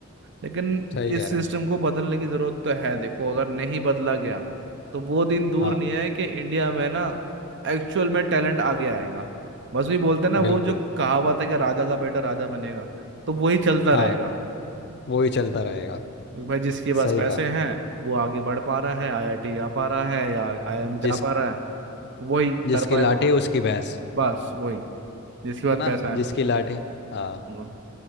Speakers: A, on the right; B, on the left.
A: लेकिन
B: सही कह
A: इस
B: रहा
A: सिस्टम
B: है
A: को बदलने की जरूरत तो है देखो अगर नहीं बदला गया तो वो दिन दूर
B: हाँ
A: नहीं है कि इंडिया में ना एक्चुअल में टैलेंट आगे आएगा बस भी बोलते हैं ना वो
B: बिल्कुल
A: जो कहावत है कि राजा का बेटा राजा बनेगा तो वही चलता
B: हाँ
A: रहेगा
B: वो ही चलता रहेगा
A: भाई जिसके पास
B: सही
A: पैसे
B: कहा
A: हैं वो आगे बढ़ पा रहा है आईआईटी जा पा रहा है या आईआईएम जा
B: जिस
A: पा रहा है वही
B: जिसकी
A: कर पाया
B: लाठी
A: हुआ
B: उसकी भैंस
A: बस वही जिसके पास
B: है ना
A: पैसा है
B: जिसकी लाठी हाँ
A: हम्म,